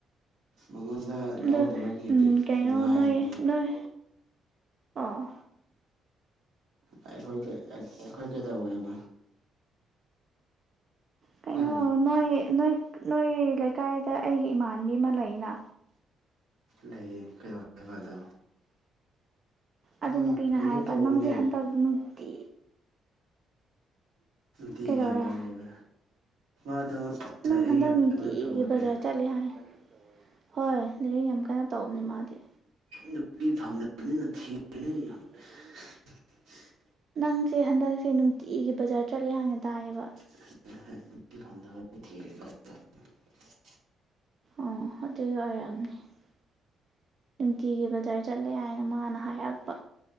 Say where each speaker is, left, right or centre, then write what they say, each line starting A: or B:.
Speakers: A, on the right (about 80°); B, on the right (about 50°).
A: ꯃꯉꯣꯟꯗ
B: ꯑꯗ
A: ꯂꯧꯗꯕꯒꯤ
B: ꯎꯝ ꯀꯩꯅꯣ
A: ꯅꯨꯡꯉꯥꯏꯗꯅ
B: ꯅꯣꯏ ꯅꯣꯏ ꯑꯥ
A: ꯑꯩꯈꯣꯏ ꯑꯩꯈꯣꯏ ꯀꯩꯗꯧꯋꯦꯕ
B: ꯀꯩꯅꯣ
A: ꯍꯥ
B: ꯅꯣꯏ ꯅꯣꯏ ꯅꯣꯏ ꯂꯩꯀꯥꯏꯗ ꯑꯩꯒꯤ ꯏꯃꯥꯟꯕꯤ ꯑꯃ ꯂꯩꯅ
A: ꯂꯩꯌꯦ ꯀꯩꯗꯧꯦ ꯍꯥꯏꯕ ꯑꯗꯣ ꯃꯥ
B: ꯑꯗꯨ ꯅꯨꯄꯤꯅ
A: ꯀꯩꯅꯣ
B: ꯍꯥꯏꯕ
A: ꯇꯧꯕꯅꯦ
B: ꯅꯪꯁꯦ ꯍꯟꯗꯛ ꯅꯨꯡꯇꯤ
A: ꯊꯒꯦꯒ
B: ꯀꯩꯗꯧꯔꯦ
A: ꯑꯗꯣ
B: ꯅꯪ
A: ꯂꯥꯏꯔꯤꯛ
B: ꯍꯟꯗꯛ
A: ꯌꯥꯝꯅ
B: ꯅꯨꯡꯇꯤꯒꯤ
A: ꯇꯧꯋꯦ
B: ꯕꯖꯥꯔ ꯆꯠꯂꯦ ꯍꯥꯏ ꯍꯣꯏ ꯂꯥꯏꯔꯤꯛ ꯌꯥꯝ ꯀꯟꯅ ꯇꯧꯕꯅꯦ ꯃꯥꯗꯤ
A: ꯅꯨꯄꯤ ꯐꯪꯅꯤꯊ
B: ꯊꯥꯡꯝꯂꯕꯅ
A: <unintelligible>
B: ꯅꯪꯁꯦ ꯍꯟꯗꯛꯁꯦ ꯅꯨꯡꯇꯤꯒꯤ ꯕꯖꯥꯔ ꯆꯠꯂꯦ ꯍꯥꯏꯥꯟꯅ ꯇꯥꯏꯌꯦꯕ
A: <unintelligible>
B: ꯑꯣꯠꯇ ꯑꯣꯏꯔ ꯅꯨꯡꯇꯤꯒꯤ ꯕꯖꯔ ꯆꯠꯂꯦ ꯍꯥꯏꯅ ꯃꯥꯅ ꯍꯥꯏꯔꯛꯄ